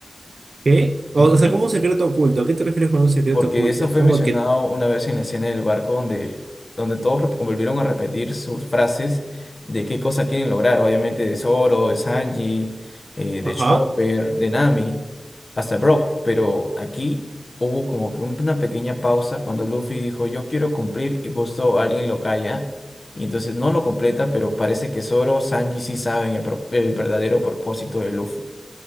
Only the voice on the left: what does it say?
<laughs>
porque
eso
fue
mencionado
una vez en la escena del barco donde, donde todos rep- volvieron a repetir sus frases de qué cosa quieren lograr, obviamente de Zoro, de Sanji, eh,
de Chopper, de Nami, hasta Brock, pero aquí hubo como que un- una pequeña pausa cuando Luffy dijo yo quiero cumplir y justo alguien lo calla. Y entonces no lo completa, pero parece que Zoro, Sanji sí saben el, pro- el verdadero propósito de Luffy.